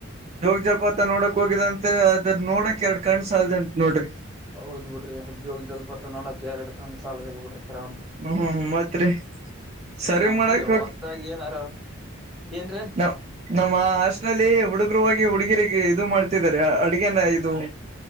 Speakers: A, on the right; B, in the centre.
A: ಜೋಗ ಜಲಪಾತ ನೋಡಕ್ ಹೋಗಿದ ಅಂತೆ ಅದ್ರ ನೋಡಕ್ ಎರಡು ಕಣ್ಸ ಸಾಲ್ದಂತ್ ನೋಡ್ರಿ.
B: ಹೌದ ಬಿಡ್ರಿ ಜೋಗ ಜಲಪಾತ ನೋಡಕ ಎರಡ್ ಕಣ್ಣ ಸಾಲಗಿಲ್ ಬಿಡ್ರಿ.
A: ಹ್ಮ್ ಮತ್ರಿ ಸರ್ವ್
B: ಮತ್ತ
A: ಮಾಡಕ್
B: ಹೊಸದಾಗಿ ಏನಾರ ಏನ್ರೀ
A: ನಮ್ ನಮ್ಮ ಅಷ್ಟ. ಲ್ಲಿ ಹುಡುಗರುವಾಗಿ ಹುಡುಗಿರಿಗೆ ಇದು ಮಾಡ್ತಿದ್ದಾರೆ ಅಡುಗೆನ ಇದು